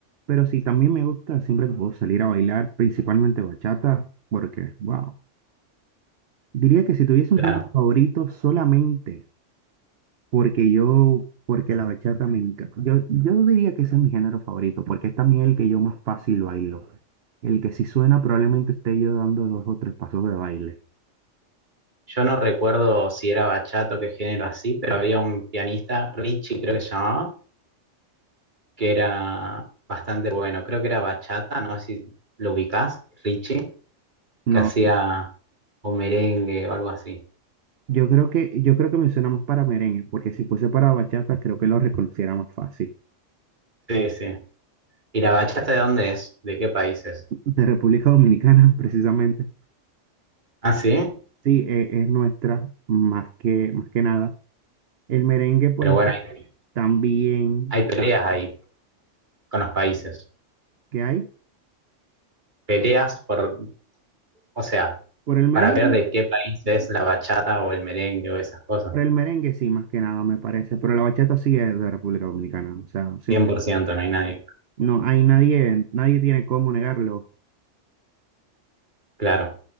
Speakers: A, on the right; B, on the right.
A: Pero sí, también me gusta siempre que puedo salir a bailar, principalmente bachata, porque, wow, diría que si tuviese
B: claro.
A: un género favorito solamente Porque yo, porque la bachata me encanta. Yo, yo diría que ese es mi género favorito, porque es también el que yo más fácil bailo. El que si suena probablemente esté yo dando dos o tres pasos de baile.
B: Yo no recuerdo si era bachata o qué género así, pero había un pianista, Richie creo que se llamaba, que era bastante bueno. Creo que era bachata, no sé si lo ubicás, Richie,
A: No,
B: que hacía o merengue o algo así.
A: yo creo que, yo creo que me suena más para merengue, porque si fuese para bachata creo que lo reconociera más fácil.
B: Sí, sí. ¿Y la bachata de dónde es? ¿De qué países?
A: De República Dominicana, <laughs> precisamente.
B: Ah, sí.
A: Sí, e- es, nuestra, más que, más que nada. El merengue, por
B: Pero
A: ejemplo,
B: bueno, hay,
A: también
B: hay peleas ahí con los países.
A: que hay.
B: Peleas por, o sea,
A: Por el merengue.
B: para ver de qué país es la bachata o el merengue o esas cosas.
A: Por el merengue sí, más que nada, me parece, pero la bachata sí es de República Dominicana, o sea, siempre,
B: cien por ciento no hay nadie.
A: no hay nadie, nadie tiene cómo negarlo.
B: Claro,